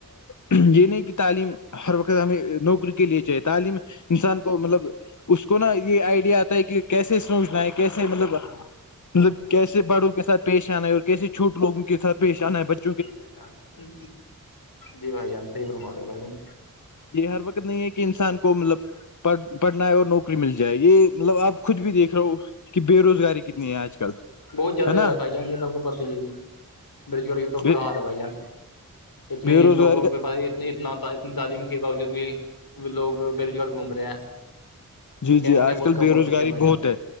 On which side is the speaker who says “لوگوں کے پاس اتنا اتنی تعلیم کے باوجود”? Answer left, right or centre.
Left